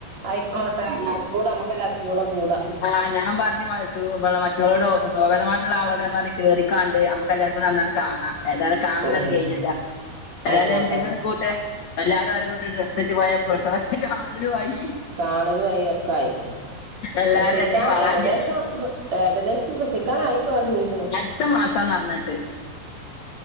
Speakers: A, on the right; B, on the left.
A: ആയിക്കോട്ടെ എല്ലാർക്കും കൂടെ നമ്മുക്ക് എല്ലാർക്കും കൂടെ കൂടാ
B: ആഹ് ഞാൻ പറഞ്ഞു <unintelligible> മറ്റുള്ളളോട് സ്വാഗതമായി. <unintelligible> പറ കേറാണ്ട് നമുക്ക് എല്ലാവർുംൂടി അനാണ് കാണാം ഏതായാലും കാണലാണ്
A: ഉം
B: കഴിഞ്ഞില്ല ഏതായാലും
A: ആയിക്കോട്ടെ
B: എന്തെങ്കിലും കൂട്ട എല്ലാരും ഓരോ കൂട്ട് ഡ്രസ്സ് ആയിട്ട്പോയ പ്രസ <unintelligible> കാണു ആയി,
A: കാണലും ആയി ഒക്കെ ആയി
B: എല്ലാരും
A: പ്രസിക്കാൻ
B: അല്ലെങ്കി വളാഞ്ചി
A: ഏകദേശം ഏകദേശം പ്രസവിക്കാനായി. തുടങ്ങിക്ക്ണ്
B: അടുത്ത മാസാന്ന് അറിഞ്ഞിട്ട്-